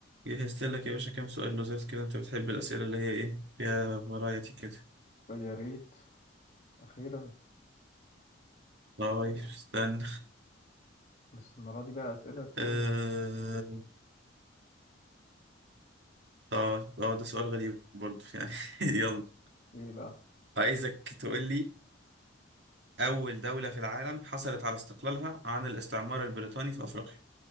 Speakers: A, on the right (about 60°); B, on the left (about 35°).
A: جهزت لك يا باشا كام سؤال لذيذ كده انت بتحب الأسئلة اللي هي ايه فيها فرايتي كده
B: يا ريت أخيرا
A: طيب استنى
B: بس المرة دي بقى أسئلة تكون
A: آه...
B: لذيذة
A: طيب اه ده سؤال غريب برضه يعني <laughs> يلا
B: إيه بقى؟
A: عايزك تقول لي أول دولة في العالم حصلت على استقلالها عن الاستعمار البريطاني في أفريقيا